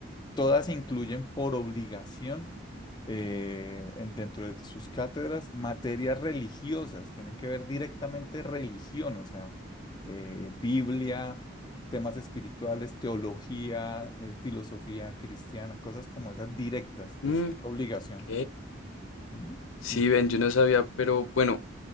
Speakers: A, on the left; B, on the left.
A: todas incluyen por obligación eh, en- dentro de sus cátedras materias religiosas, tienen que ver directamente religión, o sea, eh, Biblia, temas espirituales, teología, eh, filosofía cristiana, cosas como esas directas,
B: Mm,
A: es obligación.
B: ok.
A: Mm,
B: Sí,
A: Sí.
B: ven, yo no sabía, pero bueno,